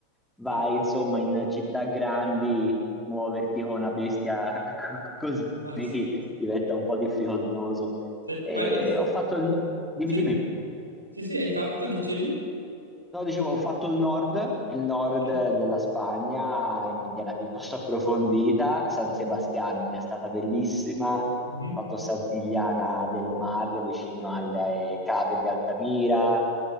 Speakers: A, in the centre; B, on the right.
A: vai,
B: Sì.
A: insomma, in città grandi, muoverti con una bestia <laughs> così
B: Ah, sì, sì,
A: diventa un po' difficoltoso.
B: sì.
A: E
B: Ma eh,
A: ho fatto il... Dimmi,
B: sì,
A: dimmi.
B: sì, sì, hai fatto, dicevi?
A: No, dicevo, ho fatto il nord, il nord
B: Sì.
A: della Spagna in maniera piuttosto approfondita. San Sebastian è stata bellissima. Ho
B: Mhm.
A: fatto Sant'Iliana del Mar vicino alle cave di Altamira